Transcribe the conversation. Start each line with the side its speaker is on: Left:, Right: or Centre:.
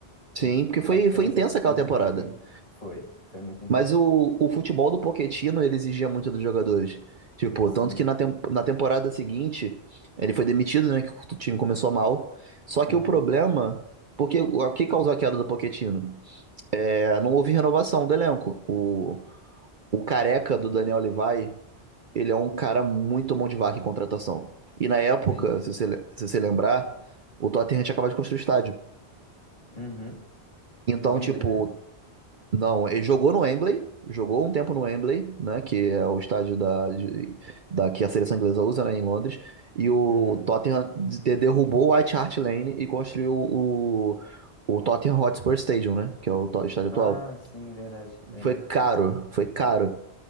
Left: Você,
Right: sim, porque foi,
Left: a diferença
Right: foi intensa
Left: física
Right: aquela temporada.
Left: foi foi foi muito intensa.
Right: Mas o, o futebol do Pochettino, ele exigia muito dos jogadores. Tipo,
Left: Sim.
Right: tanto que na, tem- na temporada seguinte, ele foi demitido, né? Que o time começou mal. Só que
Left: Uhum.
Right: o problema, porque o que causou a queda do Pochettino? É, não houve renovação do elenco. O, o careca do Daniel Levy, ele é um cara muito mão de vaca em contratação. E na época,
Left: Entendi.
Right: se você, le- se você lembrar, o Tottenham tinha acabado de construir o estádio.
Left: Uhum.
Right: Então,
Left: Wembley,
Right: tipo,
Left: né?
Right: Não, ele jogou no Wembley, jogou um tempo no Wembley, né, que é o estádio da, de- da que a seleção inglesa usa, né, em Londres. E o
Left: Uhum.
Right: Tottenham de- derrubou o White Hart Lane e construiu o, o Tottenham Hotspur Stadium, né, que é o to- estádio
Left: Ah,
Right: atual.
Left: sim, verdade, verdade.
Right: E foi caro, foi caro.